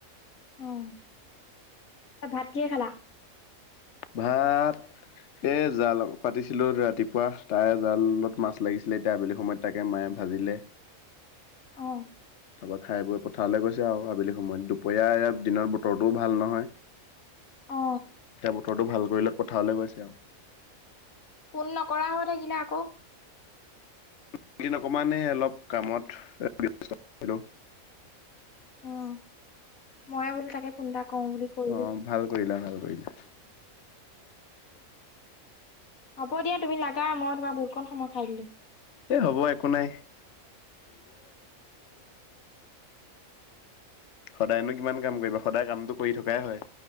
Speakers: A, on the left; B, on the left.
A: অ' ভাত কিহে খাল?
B: ভাত। এ জাল পাতিছিলো ৰাতিপুৱা। তাৰে জালত মাছ লাগিছিলে, এতিয়া আবেলি সময়ত তাকে মায়ে। ভাজিলে।
A: অহ'।
B: তাৰপৰা খাই বৈ পথাৰলৈ গৈছে আৰু আবেলি সময়ত দুপৰীয়া ইয়াত দিনত বতৰটোও ভাল নহয়। এতিয়া
A: অ
B: বতৰটো ভাল কৰিলত পথাৰলৈ গৈছে আৰু।
A: ফোন নকৰা হৈ থাকিলে আকৌ।
B: এইকেদিন অকণমান এই কামত ব্যস্ত হয় থাকিলোঁ।
A: অহ। মইে বোলো তাকে ফোন এটা কওঁ বুলি কৰিলোঁ।
B: অ' ভাল কৰিলা ভাল কৰিলা
A: হ'ব দিয়া তুমি লা, মই তোমাৰ বহুতকন সময় খাই দিলো।
B: এ হ'ব একো নাই। সদায়নো কিমান কাম কৰিবা। সদায় কামটো কৰি থকাই হয়।